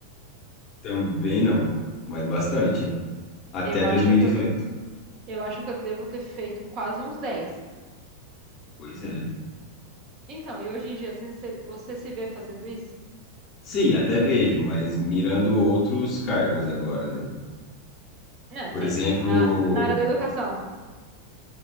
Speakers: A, on the left; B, on the right.
A: Também não, mas bastante. Até
B: Eu acho
A: dois mil
B: que
A: e dezoito
B: eu, eu acho que eu devo ter feito quase uns 10.
A: Pois é.
B: Então, e hoje em dia, você, você você se vê fazendo isso?
A: Sim, até vejo, mas mirando outros cargos agora, né?
B: Né,
A: Por
B: sim,
A: exemplo,
B: na, na área da educação.